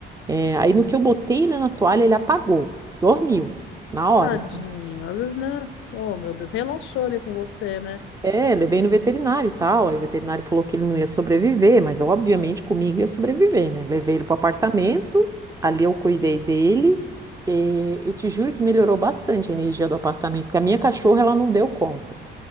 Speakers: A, on the right; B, on the left.
A: É, aí no que eu botei ele na toalha, ele apagou, dormiu na hora,
B: tadinho.
A: assim.
B: Às vezes, né? Oh, meu Deus, relaxou ali com você, né?
A: É, levei no veterinário e tal. Aí o veterinário falou que ele não ia sobreviver, mas obviamente comigo ia sobreviver, né? Levei ele pro apartamento, ali eu cuidei dele. E eu te juro que melhorou bastante a energia do apartamento, porque a minha cachorra ela não deu conta.